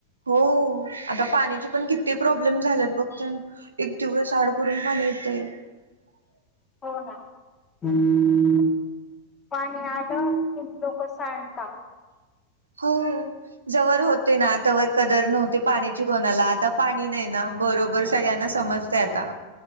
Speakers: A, on the right; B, on the left.
A: हो. आता पाण्याचे पण किती प्रॉब्लेम झालेत बघतोय ना एक दिवस आड करून पाणी येतंय. <unintelligible>
B: हो ना हम्. पाणी आलं कि लोक सांडता.
A: हो जवर होतंय ना तवर कदर नव्हती पाण्याची कोणाला, आता पाणी नाही ना? बरोबर सगळ्यांना समजतय आता